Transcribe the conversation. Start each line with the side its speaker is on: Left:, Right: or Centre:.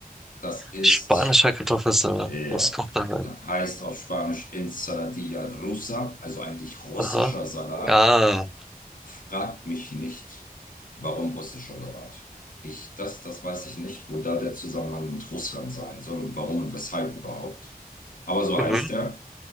Left: Das ist,
Centre: Spanischer Kartoffelsalat.
Left: ja,
Centre: Was kommt da rein?
Left: da- heißt auf Spanisch Ensaladilla rusa, also eigentlich russischer
Centre: Aha.
Left: Salat.
Centre: Ah.
Left: Fragt mich nicht, warum russischer Salat. Ich, das, das weiß ich nicht, wo da der Zusammenhang mit Russland sein soll und warum und weshalb überhaupt. Aber so
Centre: Mhm.
Left: heißt er